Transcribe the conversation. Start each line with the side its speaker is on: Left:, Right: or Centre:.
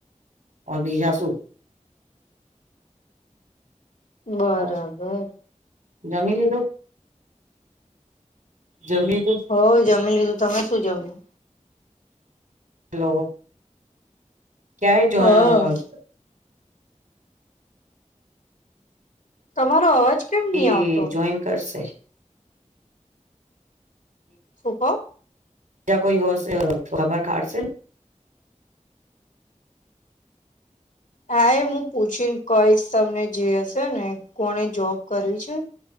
Right: <unintelligible>
Left: બરાબર
Right: ઓર જમી લીધું જમી લીધું
Left: હો જમી લીધું તમે શું જમયું
Right: હલો ક્યારે જોવા
Left: હા
Right: હતો
Left: તમારો અવાજ કેમ નહી
Right: એ
Left: આવતો
Right: જોઈન કરશે
Left: શું કો
Right: યા કોઈ હોશે ખબર કાડશે
Left: હા એ હું પૂછી કઈશ તમને જે હશે ને કોને જોબ કરવી છે